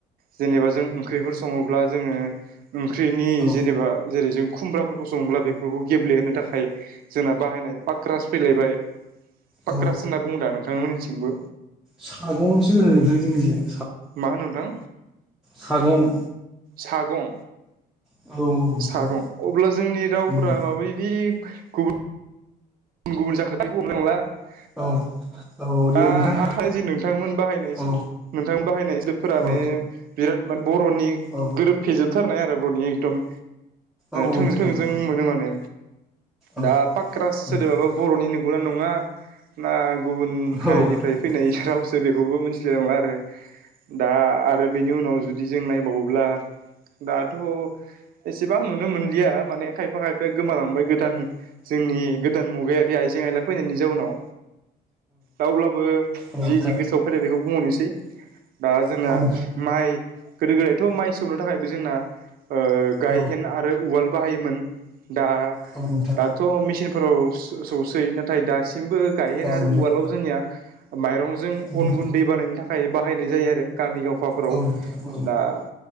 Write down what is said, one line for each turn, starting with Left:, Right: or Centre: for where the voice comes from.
Right: जेनेबा जों ओंख्रिफोर सङोब्ला जोङो ओंख्रिनि
Centre: औ
Right: जेनेबा जेरै जों खुमब्राफोरखौ सोङोब्ला बेफोरखौ गेब्लेहोनो थाखाय जोंना बाहायनाय पाक्रास फैलायबाय। पाक्रास
Centre: औ
Right: होनना बुंदा नोंथांमोननिथिंबो
Centre: साग'सो जोंनिजों
Right: मा होनो नोंथां
Centre: सागं
Right: सागं
Centre: औ नोंथां
Right: सागं अब्ला जोंनि रावफ्रा
Centre: उम
Right: माबायदि गुबुन गुबुन गुबुन जाखोथायखौ हनांला <unintelligible>
Centre: औ- औ दे
Right: दा
Centre: नोंथां
Right: आ जि नोंथांमोन बाहायनाय
Centre: औ
Right: नोंथांमोन बाहायनाय सोबफोरा
Centre: औ
Right: माने बिराद <unintelligible> बर'नि
Centre: औ
Right: गोरोब फेजोबथारनाय आरो बर'नि एकदम
Centre: औ
Right: थोंजों-
Centre: नोंथां
Right: थोंजों
Centre: औ
Right: मोनो माने
Centre: औ
Right: दा- पाक्रा सोदोबाबा
Centre: औ
Right: बर'नि नंगौना नङा ना गुबुन
Centre: औ नोंथां औ
Right: हारिनिफ्राय
Centre: नोंथां
Right: फैनाय
Centre: औ
Right: रावसो बेखौबो मिथिलायलांला आरो दा- आरो बेनि उनाव जुदि जों नायबावो अब्ला दाथ' एसेबां नुनो मोन- माने खायफा खायफाया गोमालांबाय गोदान जोंनि गोदान मुगायारि आइजें आइला फैनायनि जाउनाव रावब्लाबो
Centre: औ
Right: जि-
Centre: नोंथां
Right: जि गोसोआव फैदों बेखौ बुंहरनोसै दा- जोंना
Centre: औ नोंथां
Right: माइ गोदो- गोदायथ' माइ- सौनो थाखायबो जोंना ओ- गायहेन
Centre: औ
Right: आरो उवाल बाहायोमोन दा-
Centre: औ नोंथां
Right: दाथ' मेचिनफोराव सौसै नाथाय दासि- मबो गायहेन
Centre: औ
Right: आरो
Centre: नोंथां
Right: उवालाव जोंनिया माइरंजों
Centre: उम
Right: अन गुन्दै बानायनो थाखाय थाखाय बाहायनाय जायो आरो गामि गावफाफोराव
Centre: औ नोंथां औ
Right: दा-